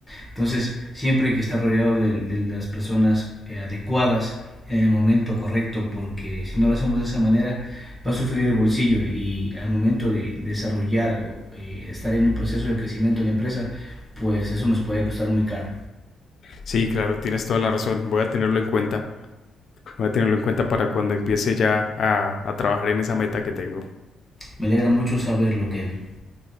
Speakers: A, in the centre; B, on the left (about 55°).
A: Entonces, siempre hay que estar rodeado de, de las personas eh, adecuadas en el momento correcto, porque si no lo hacemos de esa manera, va a sufrir el bolsillo y al momento de desarrollar, eh, estar en un proceso de crecimiento de la empresa, pues eso nos puede costar muy caro.
B: Sí, claro, tienes toda la razón. Voy a tenerlo en cuenta. Voy a tenerlo en cuenta para cuando empiece ya a, a trabajar en esa meta que tengo.
A: Me alegra mucho saberlo, Kevin.